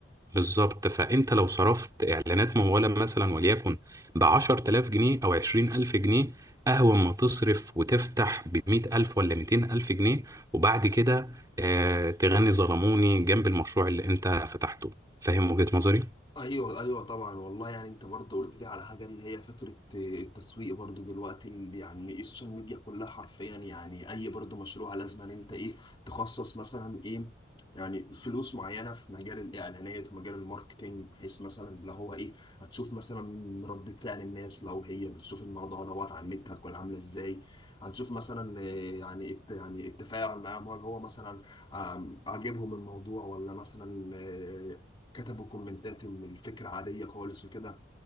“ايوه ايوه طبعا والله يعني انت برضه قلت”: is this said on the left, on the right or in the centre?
Left